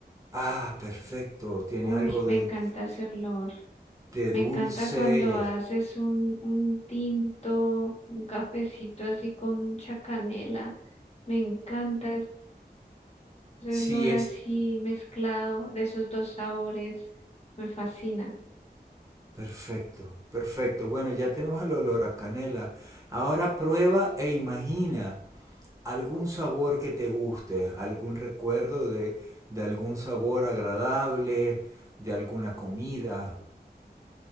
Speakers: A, on the right; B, on the left.
A: Ah, perfecto, tiene
B: Uy,
A: algo
B: me
A: de,
B: encanta ese olor.
A: de
B: Me
A: dulce
B: encanta cuando
A: y al...
B: haces un, un tinto, un cafecito así con mucha canela. Me encanta ese
A: sí
B: olor
A: es
B: así mezclado de esos dos sabores. Me fascina.
A: perfecto, perfecto. Bueno, ya tenemos el olor a canela. Ahora prueba e imagina algún sabor que te guste, algún recuerdo de, de algún sabor agradable, de alguna comida.